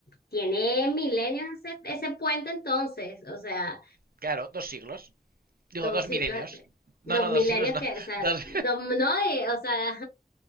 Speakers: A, on the left (about 70°); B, on the right (about 65°).
A: tiene milenios ese, ese puente entonces, o sea,
B: Claro, dos siglos. Digo,
A: dos
B: dos
A: siglos,
B: milenios. No,
A: dos
B: no,
A: milenios
B: dos siglos no.
A: que, o
B: <laughs>
A: sea,
B: Dos-
A: dos, no, y, o sea,